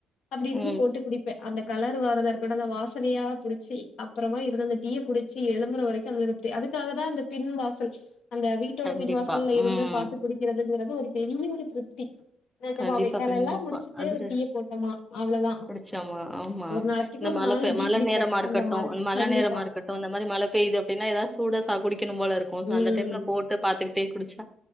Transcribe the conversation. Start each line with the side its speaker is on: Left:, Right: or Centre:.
Left: அப்டி இருந்து
Centre: ம்.
Left: போட்டு குடிப்பே அந்த கலரு வறதா இருக்கட் அந்த வாசனயா புடுச்சி அப்புறமா இருத் அந்த டீய குடுச்சி எழும்புற வரக்கு அந்த இருப்த்தி அதுக்காக தா அந்த பின் வாசல் அந்த வீட்டோட
Centre: கண்டிப்பா.
Left: பின்வாசல்ல இருந்து
Centre: ம்.
Left: பாத்து குடிக்கிறதில்ல தது ஒரு பெரிய ஒரு திருப்தி நெஜமாவே
Centre: கண்டிப்பா
Left: வேலல்லா
Centre: கண்டிப்பா
Left: முடிச்சுட்டு
Centre: அதுர
Left: ஒரு டீய போட்டோமா அவ்ளதா
Centre: புடுச்சாமா ஆமா
Left: ஒரு நாளைக்கு
Centre: இந்த
Left: ஒரு
Centre: மழ
Left: நாலு
Centre: பே
Left: டீ
Centre: மழ
Left: குடிப்பே
Centre: நேரமா இருக்கட்டு
Left: அந்த மாதிரி
Centre: மழ
Left: கண்டிப்பா
Centre: நேரமா இருக்கட்டு இந்த மாரி மழ பேய்து அப்டின்னா ஏதாவ் சூட சா குடிக் கின்ம்போல இருக்கு
Left: ம்
Centre: அந்த டைம்ல போட்டு பாக் பாத்துக்கிட்டே குடுச்சா